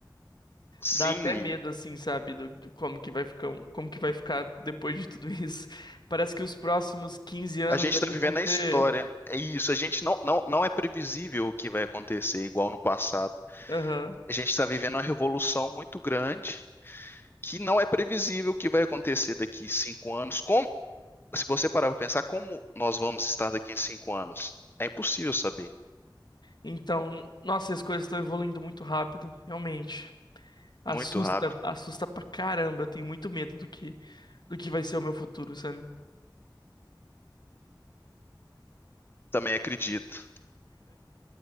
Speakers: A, on the left; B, on the left.
A: sim,
B: Dá até medo, assim, sabe, do, do como que vai ficar, um- como que vai ficar depois de tudo isso. <laughs> Parece que os próximos 15 anos
A: A gente
B: aí
A: está vivendo
B: vão
A: a história.
B: ser.
A: É isso, a gente não, não, não é previsível o que vai acontecer, igual no passado.
B: Aham.
A: A gente está vivendo uma revolução muito grande que não é previsível o que vai acontecer daqui cinco anos. Como, se você parar para pensar, como nós vamos estar daqui em cinco anos? É impossível saber.
B: Então, n- nossa, as coisas estão evoluindo muito rápido, realmente. Assusta,
A: Muito rápido.
B: assusta pra caramba. Eu tenho muito medo do que, do que vai ser o meu futuro, sabe?
A: Também acredito.